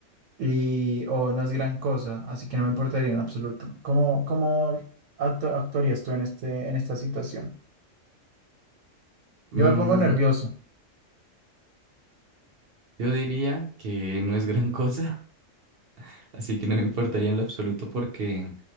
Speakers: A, on the right; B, on the right.
A: Y, o no es gran cosa, así que no me importaría en absoluto. ¿Cómo, cómo actu- actuarías tú en este, en esta situación? Yo
B: Mm,
A: me pongo nervioso.
B: yo diría que no es gran cosa, <laughs> así que no me importaría en lo absoluto porque,